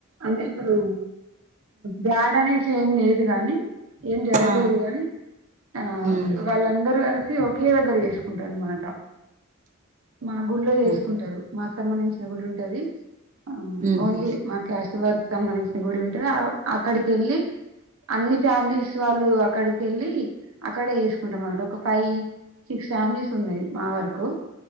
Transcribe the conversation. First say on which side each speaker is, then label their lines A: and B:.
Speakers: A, on the right; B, on the right.
A: అంటే ఇప్పుడు బ్యాడు అనేసి ఏం లేదు గాని ఏం జరగలేదు
B: ఆ
A: గాని ఆ
B: ఉమ్
A: వాళ్ళందరూ కలిసి చి ఒకే దగ్గర చేసుకుంటారు అన్నమాట మా గుళ్లో చేసుకుంటారు
B: ఉమ్
A: మాకు సంబంధించిన గుడి ఉంటది మ్
B: ఉహు
A: ఓన్లీ మా క్యాస్ట్ వాళ్లకు సంబంధించ గుడి ఉంటా ఆ అక్కడికి వెళ్ళి అన్ని ఫ్యామిలీస్ వాళ్ళు అక్కడికి వెళ్ళి అక్కడే వేసుకుంటాం అనట్టు ఒక ఫైవ్ సిక్స్ ఫ్యామిలీస్ ఉన్నాయి మా వరకు